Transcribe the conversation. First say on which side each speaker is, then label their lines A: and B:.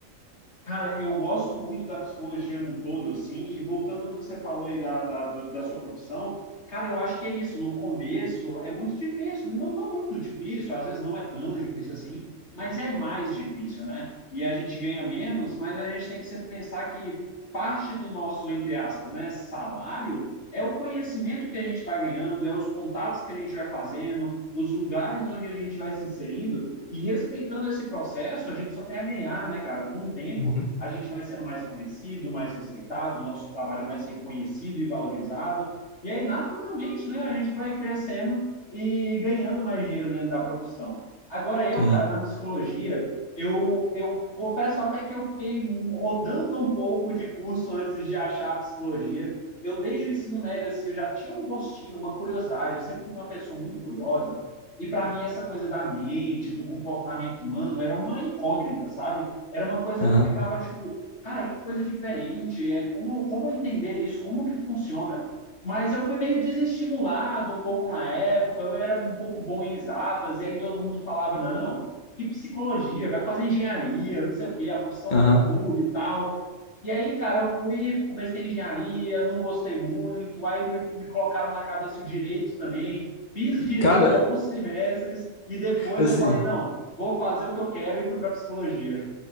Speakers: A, on the left (about 60°); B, on the left (about 40°).
A: Cara, eu gosto muito da psicologia num todo, assim, e voltando no que você falou aí da, da, do- da sua profissão, cara, eu acho que é isso. No começo é muito difícil, não, não muito difícil, às vezes não é tão difícil assim, mas é mais difícil, né? E a gente ganha menos, mas a gente tem que sempre pensar que parte do nosso, entre aspas, né, salário é o conhecimento que a gente vai ganhando, é os contatos que a gente vai fazendo, os lugares onde a gente vai se inserindo, e respeitando esse processo, a gente só tem a ganhar, né, cara, com o tempo
B: Uhum.
A: a gente vai sendo mais conhecido, mais respeitado, o nosso trabalho mais reconhecido e valorizado. E aí, naturalmente, né, a gente vai crescendo e ganhando mais dinheiro dentro da profissão. Agora, eu,
B: Sim.
A: cara, na psicologia, eu, eu confesso até que eu fiquei rodando um pouco de curso antes de achar a psicologia. Eu, desde o ensino médio, assim, eu já tinha um gostinho, uma curiosidade. Eu sempre fui uma pessoa muito curiosa. E para mim, essa coisa da mente, do comportamento humano, era uma incógnita, sabe? Era uma coisa
B: Aham.
A: que eu ficava tipo, cara, que coisa diferente, é, como, como entender isso, como que funciona? Mas eu fui meio desestimulado um pouco na época, eu era um pouco bom em exatas, e aí todo mundo falava, não, que psicologia, vai fazer engenharia, não sei o quê, a profissão
B: Aham.
A: do futuro e tal. E aí, cara, eu fui, comecei engenharia, não gostei muito, aí me, me colocaram na cabeça o direito também, fiz direito
B: Cara,
A: alguns semestres, e depois
B: assim.
A: eu falei, não, vou fazer o que eu quero e fui para psicologia.